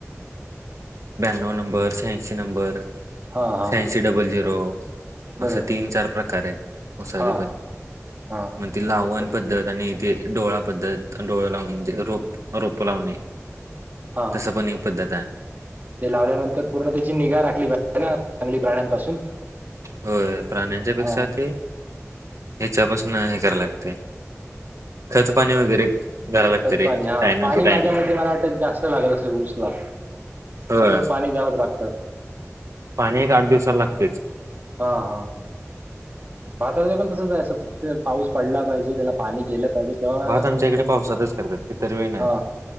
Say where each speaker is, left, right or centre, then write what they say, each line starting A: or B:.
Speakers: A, on the right; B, on the right.
A: नो नंबर शहांशी नंबर
B: हा हा
A: शहांशी डबल झिरो.
B: बरोबर
A: असं तीन चार प्रकार आहेत मसाले
B: हा
A: पण
B: हा
A: ती लावणं
B: ब
A: पद्धत आणि. ते डोळा पद्धतं डोळ लावणे म्हणे रोपं रोपं लावणे
B: हा
A: तसं पण पद्धताआहे.
B: ते लावल्यानंतर पूर्ण त्याची निगा राखली पाहिजे ना चांगली प्राण्यांपासून.
A: होय प्राण्यांच्या पेक्षा
B: हा
A: ते हच्यापासून हे कराव लागते खत पाणी वगैरे. लागते
B: खतपाणी
A: रे
B: हा
A: टायमिंग
B: पाणी
A: टू टायमिंग
B: माझ्या म मला वाटत जास्त लागल असेल ऊसला
A: ह
B: सतत पाणी द्यावंच लागतं
A: पाणी एक आठ दिवसाला लागत.
B: हा हा. भातचं पण तसच आहे पाऊस पडला पाहिजे त्याला पाणी गेलं. पाणी तेव्हा
A: भात आमच्याकडे
B: रोप
A: पावसातच करतात इतर वेळी नाही
B: हा